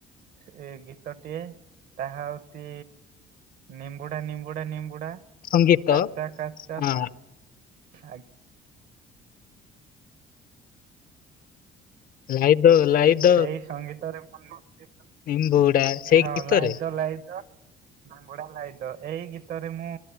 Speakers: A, on the right; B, on the left.
A: ସେ ଗୀତଟିଏ ତାହା ଅତି ନିମ୍ବୁଡା ନିମ୍ବୁଡା ନିମ୍ବୁଡା।
B: ସଙ୍ଗୀତ
A: କଚା କଚା
B: ହଁ
A: ନା-ଆ
B: ଲାଇଦ ଲାଇଦ
A: ସେଇ ସଙ୍ଗୀତରେ ମୁଁ ନୁର୍ତ୍ୟ
B: ନିମ୍ବୁଡା ସେଇ
A: ହଁ
B: ଗୀତରେ
A: ଲାହିଦୋ ଲାଇଦୋ। ମାଙ୍ଗୁଡା ଲାଇଦ ଏହି ଗୀତରେ ମୁଁ